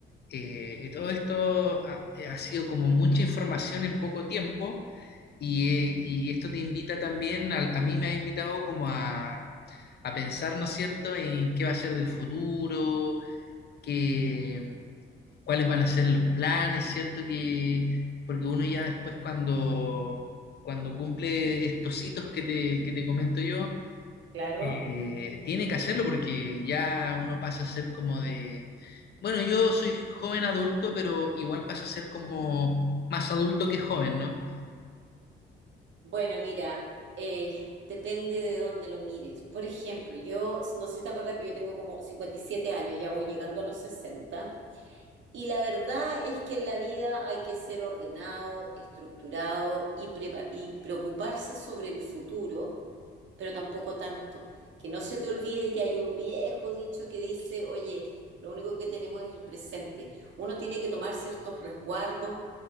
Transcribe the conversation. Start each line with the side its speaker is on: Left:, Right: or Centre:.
Left: Eh, todo esto ha, eh, ha sido como mucha información en poco tiempo y, eh, y esto te invita también, a, a mí me ha invitado como a, a pensar, ¿no es cierto?, en qué va a ser del futuro, qué, cuáles van a ser los planes, ¿cierto? Que, porque uno ya después cuando, cuando cumple estos hitos que te, que te comento yo,
Right: Claro.
Left: eh, tiene que hacerlo porque ya uno pasa a ser como de bueno, yo soy joven adulto, pero igual pasa a ser como más adulto que joven, ¿no?
Right: Bueno, mira, eh, depende de dónde lo mires. Por ejemplo, yo, no sé si te acuerdas, pero yo tengo como 57 años, ya voy llegando a los 60. Y la verdad es que en la vida hay que ser ordenado, estructurado y, prepa- y preocuparse sobre el futuro pero tampoco tanto. Que no se te olvide que hay un viejo dicho que dice, oye, lo único que tenemos es el presente. Uno tiene que tomar ciertos resguardos,